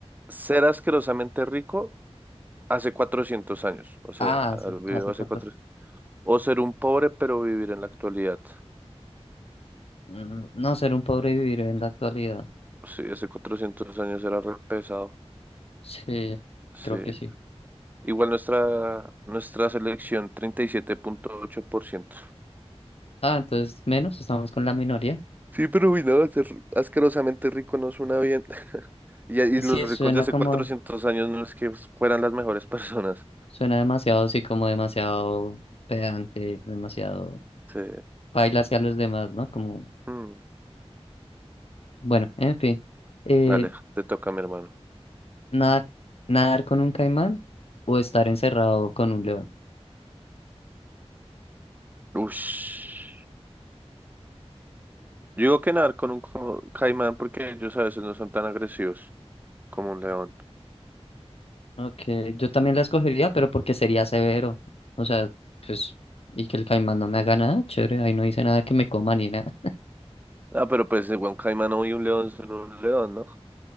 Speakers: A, on the right; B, on the left.
A: Ser asquerosamente rico hace 400 años. O sea,
B: Ah,
A: haber
B: sí,
A: vivido
B: hace
A: hace
B: cuatro.
A: 400. O ser un pobre pero vivir en la actualidad.
B: Mm, No, ser un pobre y vivir en la actualidad.
A: Sí, hace 400 años era re pesado.
B: Sí,
A: Sí.
B: creo que sí.
A: Igual nuestra, nuestra selección, treinta y siete punto ocho por ciento
B: Ah, entonces menos, estamos con la minoría.
A: Sí, pero uy, no, ser asquerosamente rico no suena bien. <laughs> Y, y
B: Sí,
A: los ricos
B: suena
A: de hace
B: como,
A: 400 años no es que fueran las mejores personas.
B: suena demasiado, sí, como demasiado pedante, demasiado
A: Sí.
B: baila hacia los demás, ¿no? Como,
A: Mm,
B: bueno, en fin. Eh,
A: dale, te toca, mi hermano.
B: nada, nadar con un caimán o estar encerrado con un león.
A: Ush. Yo digo que nadar con un co- caimán porque ellos a veces no son tan agresivos como un león.
B: Ok, yo también la escogería, pero porque sería severo. O sea, pues, y que el caimán no me haga nada, chévere, ahí no dice nada que me coma ni nada.
A: Ah, pero pues, eh, bueno, un caimán y un león son un león, ¿no?